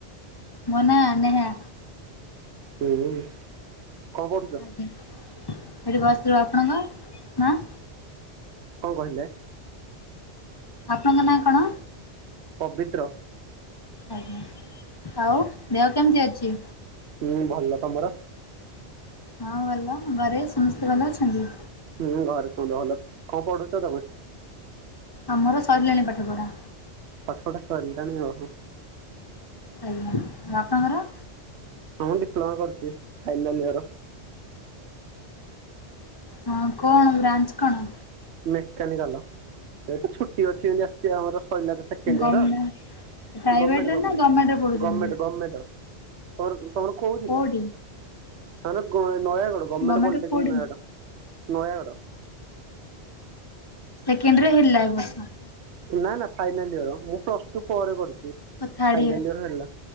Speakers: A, on the left; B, on the right.
A: ମୋ ନାଁ ନେହା।
B: ହୁଁ କଣ ପଢୁଛ?
A: ମୁଁ ଏଠି ବସିଥିଲୁ ଆପଣଙ୍କ ନା।
B: କଁ କହିଲେ?
A: ଆପଣଙ୍କ ନାଁ କଣ?
B: ପବିତ୍ର।
A: ଆଜ୍ଞା ଆଉ ଦେହ କେମିତି ଅଛି?
B: ହୁଁ ଭଲ, ତମର?
A: ହଁ ଭଲ, ଘରେ ସମସ୍ତେ ଭଲ ଅଛନ୍ତି?
B: ହୁଁ ଘରେ ସମତେ ଭଲ, କଁ ପଢୁଛ ତମେ?
A: ଆମର ସରିଲାଣି ପାଠପଢା।
B: ପାଠପଢା ସରିଲାଣି ଓ ହୋ।
A: ଆଜ୍ଞା ଆଉ ଆପଣଙ୍କର।
B: ହଁ ମୁଁ ଡିପ୍ଲୋମା କରୁଛି ଫାଇନାଲ ଇଅର।
A: ହଁ କଣ ବ୍ରାଞ୍ଚ କଣ?
B: ମେକାନିକାଲ ଏଇ ତ ଛୁଟି ଅଛି ଏନ୍ତି ଆସିଛି ଆମର ସଇଲା ତ ସେକେଣ୍ଡ
A: ଗମେ
B: ଇଅର।
A: ପ୍ରାଇଭେଟରେ
B: ଗମେଣ୍ଟେ ଗମେଣ୍ଟେ
A: ନା ଗଭର୍ଣ୍ଣମେଣ୍ଟରେ ପଢୁଛନ୍ତି
B: ଗମେଣ୍ଟେ ଗମେଣ୍ଟ ତମର ତମର କୋଉ ଜିଲ୍ଲା?
A: କୋଉଠି
B: ତାମାନେ ନୟାଗଡ଼। ଗମେଣ୍ଟ
A: ଗଭର୍ଣ୍ଣମେଣ୍ଟ
B: ପଲିଟେକ୍ନିକ୍
A: କୋଉଠି?
B: ନୟାଗଡ଼ ନୟାଗଡ଼।
A: ସେକେଣ୍ଡରେ ହେଲା ବର୍ଷେ।
B: ନା ନା ଫାଇନାଲ ଇୟର, ମୁଁ ପ୍ଲସ ଟୁ ପରେ କରିଛି।
A: ଓ ଥାର୍ଡ
B: ଫାଇନାଲ ଇୟର ହେଲା,